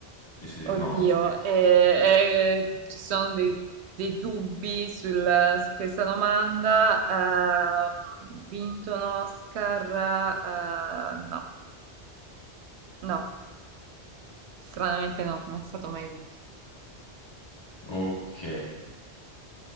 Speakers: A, on the left; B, on the right.
A: Di sì, di
B: oddio.
A: no,
B: eh, eh, ci sono dei, dei dubbi sul- su questa domanda. Ehm, vinto un Oscar? Eh, no, no. Stranamente no, non è stato mai vinto.
A: ok.